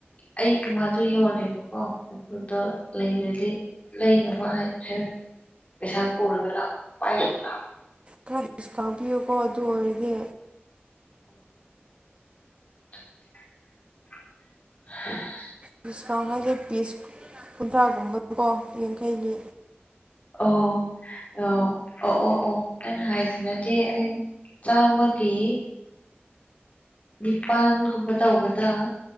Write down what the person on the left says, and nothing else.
ꯑꯩ ꯏꯃꯥꯗꯣ ꯌꯣꯜꯂꯦꯕꯀꯣ ꯑꯗꯨꯗ ꯂꯩꯔꯗꯤ ꯂꯩꯅꯕ ꯍꯥꯏꯔꯛꯀꯦ ꯄꯩꯁꯥ ꯄꯨꯔꯒ ꯂꯥꯛꯑꯣ ꯄꯥꯏꯔꯒ ꯂꯥꯛꯑꯣ
ꯎ <unintelligible> <unintelligible>
ꯑꯣ ꯑꯣ ꯑꯣ ꯑꯣ ꯑꯣ ꯅꯖꯤꯅꯗꯤꯦ ꯑꯩ ꯆꯥꯃꯀꯤ ꯅꯤꯄꯥꯟꯒꯨꯝꯕ ꯇꯧꯕꯗ